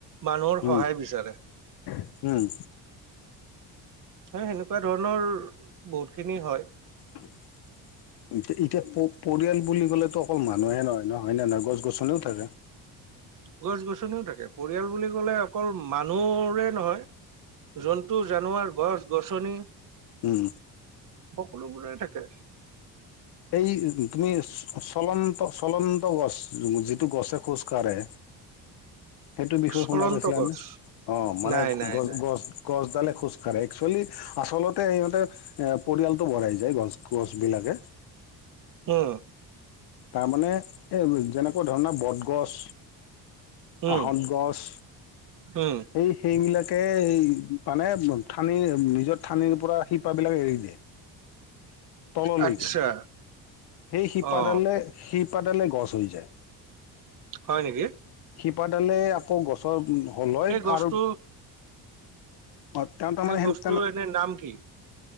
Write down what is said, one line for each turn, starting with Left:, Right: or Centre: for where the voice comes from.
Right: মানুহৰ সহায়
Left: উম
Right: বিচাৰে
Left: উম
Right: হে সেনেকুৱা ধৰণৰ বহুত খিনি হয়
Left: এ এতিয়া পৰিয়াল বুলি ক'লেটো অকল মা মানুহে নহয় নয় নহয় গছ গছনিও থাকে
Right: গছ গছনিও থাকে পৰিয়াল বুলি কলে অকল মানুহৰে নহয় জন্তু, জানুৱাৰ, গছ -গছনি,
Left: হম
Right: সকলোবোৰে থাকে
Left: এই তুমি চলন্ত চলন্ত গছ যিটো গছে খোজ কাঢ়ে
Right: <inaudible>
Left: সেইটো বিষয়ে
Right: চলন্ত
Left: শুনা পাইছিলা
Right: গছ
Left: নে অ মানে
Right: নাই নাই
Left: গছ
Right: নাই
Left: গছ গছডালে খোজ একচুৱেলি আচলতে সিহঁতে এ পৰিয়ালটো বঢ়াই যায়। গছ গছবিলাকে
Right: উম
Left: তাৰমানে এই যেনেকুৱা ধৰণৰ বটগছ।
Right: উম
Left: আহত গছ
Right: উম
Left: এই সেইবিলাক। তাকে মানে ঠানিৰ নিজৰ ঠানিৰ পৰা শিপা বিলাক এৰি দিয়ে। তললৈকে
Right: আচ্ছা
Left: সেই শিপাডালে
Right: অ
Left: শিপাডালে গছ হৈ যায়।
Right: হয় নেকি?
Left: শিপাডালে আকৌ গছৰ হ'ল হয়
Right: এই গছটো
Left: আৰু অত্যন্ত মানে
Right: এই
Left: হে
Right: গছটো
Left: তে
Right: এনে নাম কি